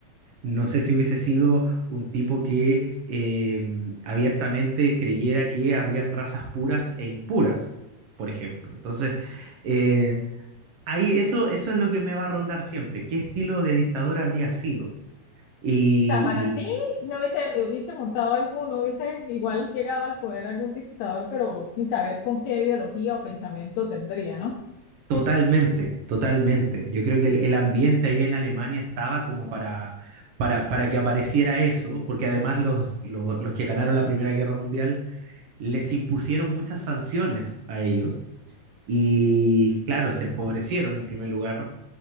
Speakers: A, on the right; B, on the left.
A: No sé si
B: Sí.
A: hubiese sido un tipo que eh, abiertamente creyera que habían razas puras e impuras, por ejemplo. Entonces, eh, ahí eso, eso es lo que me va a rondar siempre. ¿Qué estilo de dictador habría sido? Y,
B: sea, para ti no hubiese, hubiese montado alguno, hubiese igual llegado al poder algún dictador, pero sin saber con qué ideología o pensamiento tendría, ¿no?
A: Totalmente, totalmente. Yo creo que el, el ambiente ahí en Alemania estaba como para, para, para que apareciera eso, porque además los, lo- los, que ganaron la Primera Guerra Mundial les impusieron muchas sanciones a ellos y claro, se empobrecieron en primer lugar